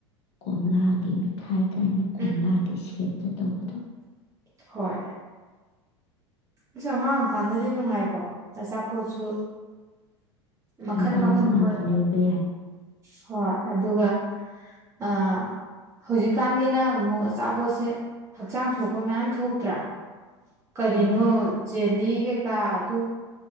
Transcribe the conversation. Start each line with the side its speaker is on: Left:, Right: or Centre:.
Left: ꯀꯣꯝꯂꯥꯒꯤ ꯃꯤꯊꯥꯏ ꯀꯥꯏꯅ ꯀꯣꯝꯂꯥꯒꯤ
Right: ꯎꯝ
Left: ꯁꯦꯞꯇ ꯇꯧꯕꯗꯣ
Right: ꯍꯣꯏ ꯑꯁ ꯑꯉꯥꯡꯑꯣꯏꯀꯥꯟꯗꯗꯤ ꯅꯨꯡꯉꯥꯏꯀꯣ ꯑꯆꯥꯄꯣꯠꯁꯨ ꯃꯈꯟ
Left: ꯂꯨꯄꯥ
Right: ꯃꯈꯟ
Left: ꯂꯨꯄꯥꯒꯤ
Right: ꯊꯣꯛꯑꯦ
Left: ꯂꯩꯕ ꯌꯥꯏ
Right: ꯍꯣꯏ ꯑꯗꯨꯒ ꯑ ꯍꯧꯖꯤꯛꯀꯥꯟꯒꯤꯅ ꯑꯃꯨꯛ ꯑꯆꯥꯄꯣꯠꯁꯦ ꯍꯛꯆꯥꯡ ꯁꯣꯛꯄ ꯃꯌꯥꯝ ꯊꯣꯛꯇ꯭ꯔꯥ ꯀꯔꯤꯅꯣ
Left: ꯎꯝ
Right: ꯦꯂꯤ ꯀꯩꯀꯥ ꯑꯗꯨ